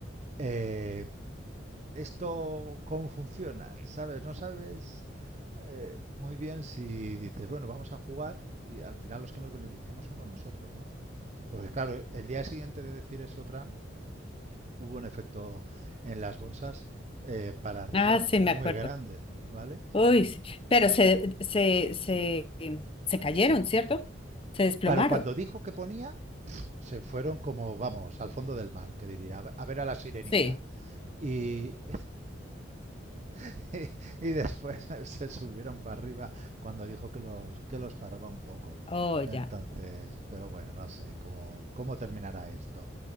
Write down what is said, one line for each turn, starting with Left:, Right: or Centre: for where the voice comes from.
Right: eh, ¿esto cómo funciona? ¿Sabes? No sabes eh, muy bien si dices, bueno, vamos a jugar y al final los que nos beneficiamos somos nosotros, ¿no? Porque claro, el día siguiente de decir eso Trump, hubo un efecto en las bolsas eh, para arriba
Left: Ah, sí,
Right: muy
Left: me acuerdo.
Right: grande, ¿vale?
Left: Uy, sí. Pero se, se, se, em, se cayeron, ¿cierto? Se desplomaron.
Right: Claro, cuando dijo que ponía, se fueron como, vamos, al fondo del mar, que diría, a ver a la sirenita.
Left: Sí.
Right: Y, <laughs> y después se subieron para arriba cuando dijo que los, que los paraba un poco.
Left: Oh,
Right: Entonces,
Left: ya.
Right: pero bueno, no sé cómo, cómo terminará esto.